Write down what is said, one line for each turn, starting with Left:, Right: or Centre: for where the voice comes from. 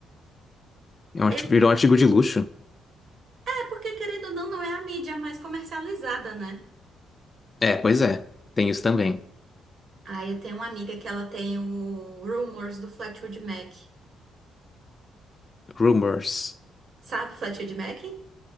Left: É um,
Right: Eu,
Left: arti- virou um artigo de luxo.
Right: é, porque querendo ou não, não é a mídia mais comercializada, né?
Left: É, pois é, tem isso também.
Right: Aí eu tenho uma amiga que ela tem o Rumors do Fleetwood Mac.
Left: Rumors.
Right: Sabe Fleetwood Mac?